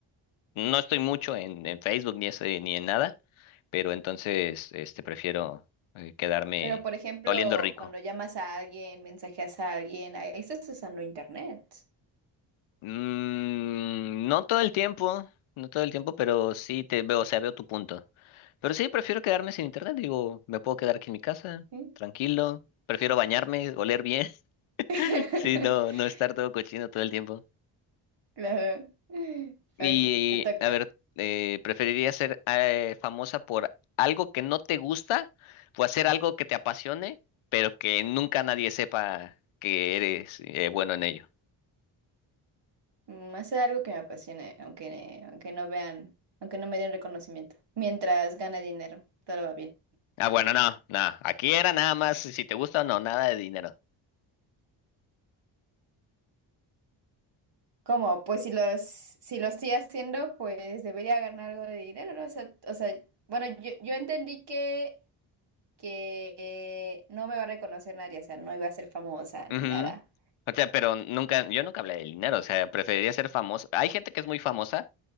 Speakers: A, on the left (about 80°); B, on the right (about 55°).
A: no estoy mucho en, en Facebook ni, ese, ni en nada, pero entonces, este, prefiero eh, quedarme
B: Pero, por ejemplo,
A: oliendo rico.
B: cuando llamas a alguien, mensajeas a alguien, ahí estás usando internet.
A: Mm, no todo el tiempo, no todo el tiempo, pero sí te veo, o sea, veo tu punto. Pero sí, prefiero quedarme sin internet, digo, me puedo quedar aquí en mi casa,
B: ¿sí?
A: tranquilo. Prefiero bañarme, oler bien.
B: <laughs>
A: <laughs> Sí, no, no estar todo cochino todo el tiempo.
B: Claro.
A: Y,
B: Ok, te toca.
A: a ver, eh, ¿preferirías ser eh, famosa por algo que no te gusta o hacer algo que te apasione, pero que nunca nadie sepa que eres eh, bueno en ello?
B: Mm, Hacer algo que me apasione, aunque, aunque no vean, aunque no me den reconocimiento. Mientras gane dinero, todo va bien.
A: Ah, bueno, no, no. Aquí era nada más si te gusta o no, nada de dinero.
B: ¿Cómo? Pues si los, si lo estoy haciendo, pues debería ganar algo de dinero, ¿no? O sea, o sea, bueno, yo, yo entendí que, que eh, no me va a reconocer nadie, o sea, no iba a ser famosa ni
A: Ujú.
B: nada.
A: O sea, pero nunca, yo nunca hablé de dinero, o sea, preferiría ser famoso. Hay gente que es muy famosa